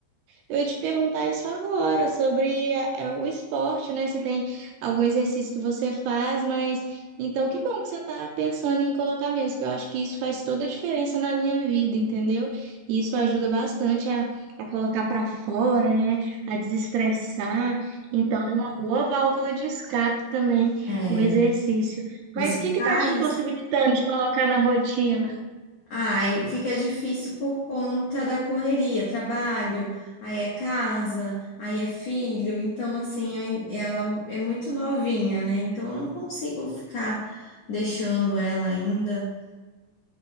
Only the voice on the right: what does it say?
Eu ia te perguntar isso agora, sobre a- é, o esporte, né? Você tem algum exercício que você faz, mas então que bom que você está pensando em colocar mesmo, que eu acho que isso faz toda a diferença na minha vida, entendeu? E isso ajuda bastante a, a colocar para fora, né? A desestressar. Então é uma boa válvula de escape também,
o exercício.
Mas o que que
está te impossibilitando de colocar na rotina?